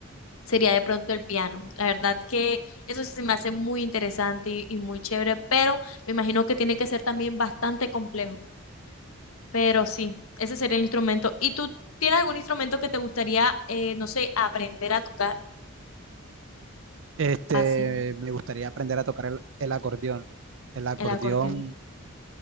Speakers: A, on the left; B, on the right.
A: sería de pronto el piano. La verdad que eso sí se me hace muy interesante y, y muy chévere, pero me imagino que tiene que ser también bastante complejo. Pero sí, ese sería el instrumento. ¿Y tú tienes algún instrumento que te gustaría, eh, no sé, aprender a tocar?
B: Este,
A: Así,
B: me gustaría aprender a tocar el, el acordeón. El acordeón,
A: el acordeón.